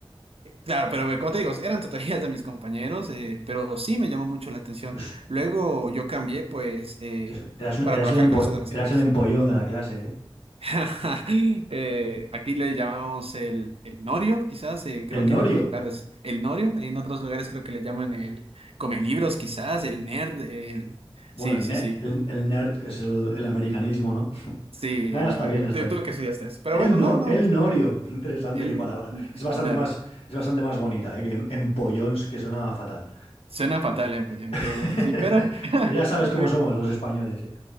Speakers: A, on the right; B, on the left.
A: claro, pero eh, como te digo, eran tutorías de mis compañeros, eh, pero sí me llamó mucho la atención.
B: Pues
A: Luego yo cambié, pues, eh,
B: es- eras, un-
A: para
B: eras
A: trabajar
B: el empo-
A: con eso de las
B: eras
A: tarjetas.
B: el empollón de la clase, ¿eh?
A: <laughs> Eh, aquí le llamamos el, el norio, quizás, eh, creo
B: El
A: que
B: norio.
A: en otros lugares el norio, en otros lugares creo que le llaman el come libros, quizás, el nerd, el...
B: Bueno,
A: Sí,
B: el,
A: sí,
B: ne-
A: sí.
B: el, el nerd es el, el americanismo, ¿no?
A: Sí,
B: Ah,
A: el...
B: está bien, está bien.
A: tú que estudiaste eso. Pero
B: El
A: bueno,
B: no,
A: no, no,
B: el norio. <laughs> Interesante,
A: él
B: qué palabra. Es bastante
A: Norio.
B: más, es bastante más bonita, ¿eh? que em- empollons, que suena fatal.
A: Suena fatal en pollón, créeme
B: <laughs>
A: que sí, pero
B: Pero
A: <laughs>
B: ya sabes cómo
A: no imp-
B: somos los españoles, ¿eh?